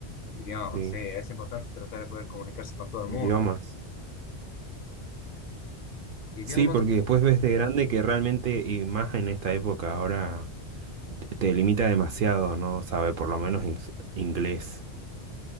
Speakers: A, on the left (about 60°); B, on the right (about 60°).
A: Idiomas,
B: sí,
A: sí, es importante tratar de poder comunicarse con todo el mundo.
B: idiomas.
A: Idiomas,
B: Sí, porque después ves de grande que realmente, y más en esta época ahora Te limita demasiado, ¿no? Saber por lo menos ins- inglés.